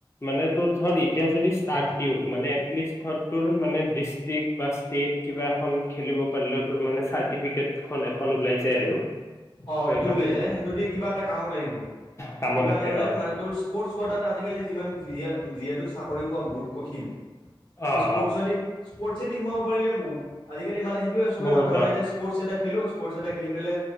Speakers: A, on the left; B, on the left.
A: মানে তোৰ ধৰ এতিয়া যদি ষ্টাৰ্ট দিও মানে এটলিস্ট ধৰ তোৰ মানে ডিস্ট্ৰিক্ট বা ষ্টেট কিবা এখন খেলিব পাৰলি তোৰ মানে চৰ্টিফিকেট এখন ওলায় যায় আৰু
B: অ
A: তেনেকুৱাতে
B: সেইটো ওলাই যায় সেইটো দি‌ কিবা এটা কামত আহিব
A: কামত
B: কিবা
A: আহে
B: এটা হলে
A: অ',
B: মানে তোৰ ষ্প'ৰ্টছ কোটাত আজিকালি যিমান যিয়ে যিয়ে তোৰ চাকৰি পোৱা বহুত কঠিন তো
A: অ',
B: ষ্প'ৰ্টছে
A: অ',
B: দি ষ্প' ছে দি সোমাৱ পাৰিলে বহুত আজিকালি মানে সেইটোৱে চবে
A: বহুত
B: মাথা মাৰে
A: অ',
B: যে স্পৰ্টছ এটা খেলো স্পৰ্টছ এটা খেলি পেলাই